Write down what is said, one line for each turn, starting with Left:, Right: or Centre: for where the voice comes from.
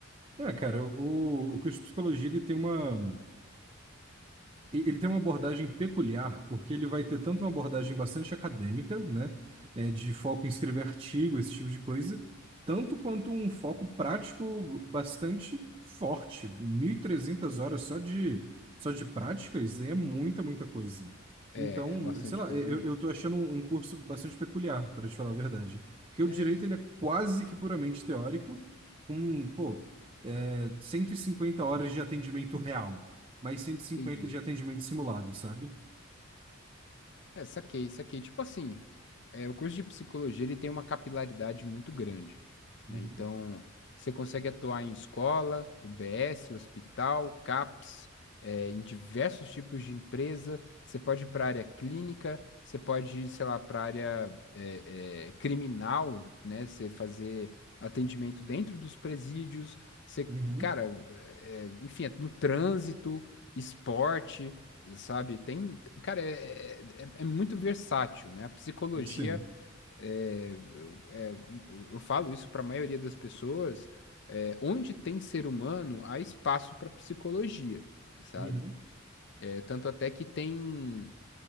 Right: É, cara, o, o curso de psicologia, ele tem uma... E- Ele tem uma abordagem peculiar, porque ele vai ter tanto uma abordagem bastante acadêmica, né, é, de foco em escrever artigo, esse tipo de coisa, tanto quanto um foco prático bastante forte. 1.300 horas só de, só de práticas é muita, muita coisa.
Left: É,
Right: Então,
Left: é bastante
Right: sei lá,
Left: coisa
Right: eu,
Left: mesmo.
Right: eu tô achando um curso bastante peculiar, para te falar a verdade. Porque o
Left: É,
Right: direito,
Left: e
Right: ele é quase que puramente teórico, com, pô, é, 150 horas de atendimento real mais cento e cinquenta
Left: entendi.
Right: de atendimento simulado, sabe?
Left: É, saquei, saquei. Tipo assim, é, o curso de psicologia ele tem uma capilaridade muito grande,
Right: Uhum.
Left: né? Então, você consegue atuar em escola, UBS, hospital, CAPS, é, em diversos tipos de empresa. Você pode ir para a área clínica, você pode ir, sei lá, para a área é, é, criminal, né? Você fazer atendimento dentro dos presídios. Você,
Right: Uhum.
Left: cara, é, é, enfim, é no trânsito, esporte sabe? Tem, cara, é, é, é- é muito versátil, né? A psicologia,
Right: Sim.
Left: é, é, eu é, eu falo isso para a maioria das pessoas, é, onde tem ser humano, há espaço para psicologia, sabe?
Right: Uhum.
Left: É, tanto até que tem,